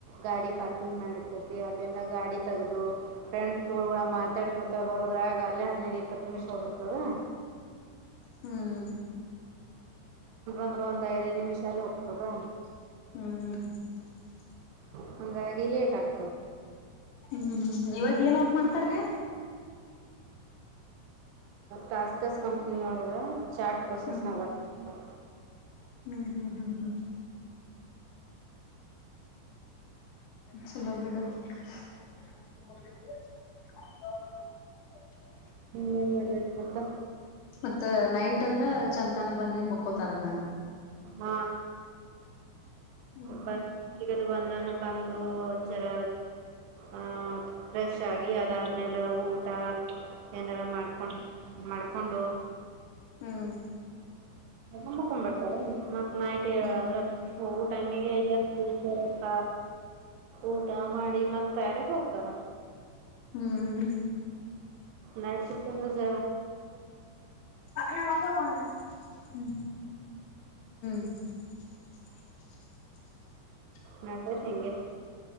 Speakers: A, on the right; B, on the left.
A: ಗಾಡಿ ಪಾರ್ಕಿಂಗ್ ನ ಇರ್ತತಿ ಅಲ್ಲಿಂದ ಗಾಡಿ ತಗದು ಫ್ರೆಂಡ್ ಮಾತಾಡ್ಕೊತ ಬರೋದ್ರ ಆಗ ಅಲ್ಲ ಹದಿನೈದು ದ ಇ ನಿಮಿಷ ಹಿರ್ತದೆೊಂಡ
B: ಹ್ಮ್
A: ಇಂದ್ರ ಒಂದ್ ಐದೈದು ನಿಮಿಷ ಅಲ್ಲಿ ಹೋಗ್ತದಾ
B: ಹ್ಮ್
A: ಹಾಗಂಗಾಗಿ ಲೇಟ್ ಆಗ್ತದೆ
B: ಹ್ಮ್ ಇವಾಗ ಏನ್ ವರ್ಕ್ ಮಾಡ್ತಾರ್ಲಿ
A: ಟಾಸ್ಕಸ್ ಕಂಪನಿಯಳಗ ಚಾ್ಟ್ ಪ್ರೊಸೆಸ್ನಾಗ
B: ಹ್ಮ್
A: ಬರ್ ಹ
B: ಹ್ಮ್ ಹ್ಮ್ ಹ್ಮ್ ಹ್ಮ್ ಚಲೋ ಬಿಡ <unintelligible>
A: ಹ್ಮ ಏನ್ ಮದ್ತಿ ಮತ್ತ
B: ಮತ್ತ್ ನೈಟ್ ಅಂದ್ರ ಚಂತಾನ ಬಂದನ್ ಮುಕ್ಕೋತಾರನ
A: ಹ್ಮ
B: ಹ್ಮ್
A: ಬ ಈಗದು ಬಂದ್ರೆ ಅಂದ್ರೆ ಬಂದು ಒಂದ ಜರ ಆ ಫ್ರೆಶ್ ಆಗಿ ಅದಾದ್ಮೇಲೆ ಊಟ ಏನಾರ ಮಾಡ್ಕೊಂಡು ಮಾಡ್ಕೊಂಡು
B: ಹ್ಮ್
A: ಂಬಕೊಂಡ್ಬಿಡ್ತಾರೆ ಮತ್ ನಾಯ
B: ಹ್ಮ್
A: ಅಂದ್ರ ಹೋಗ ಟೈಮಿಗೆ ಎದ್ದಿ ಚಳಕ ಊಟ ಮಾಡಿ ಮತ್ತಯಾರಗ್ ಹೋಗ್ತಾರ
B: ಹ್ಮ್
A: ನಟ್ ಸಿಂದ್ರರ
B: ಅಬ್ಮ ಹ್ಮ್ <unintelligible>
A: ನಟತ್ ಹೆಂಗೆ